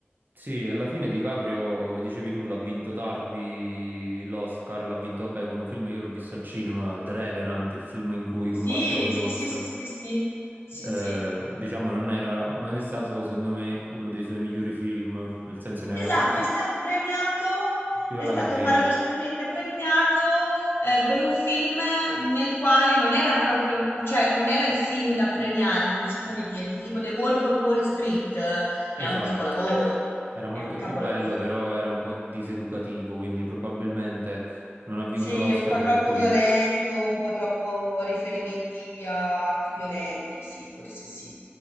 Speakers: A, on the right; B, on the left.
A: Sì, alla fine DiCaprio, come dicevi tu, l'ha vinto tardi l'Oscar, l'ha vinto, vabbè, con un film, io l'ho visto al cinema, The Revenant, il film in cui combatte
B: Sì,
A: con
B: sì,
A: l'orso.
B: sì, sì, sì, sì, sì,
A: Eh,
B: sì.
A: diciamo, non era, non è stato, secondo me, uno dei suoi migliori film, nel senso ne
B: Esatto,
A: aveva fatti
B: è stato premiato,
A: più
B: è
A: alla
B: stato
A: carriera.
B: paradossalmente premiato eh, per un film nel quale non era proprio, cioè non era il film da premiare, non so come dirti, tipo The Wolf of Wall Street, eh, è
A: Esatto,
B: un capolavoro,
A: era molto
B: è un capolavoro.
A: più bello, però era un po' diseducativo, quindi probabilmente non ha vinto
B: Sì,
A: l'Oscar
B: un po' troppo
A: per quello.
B: violento, un po' troppo riferimenti a atti violenti, sì, forse sì.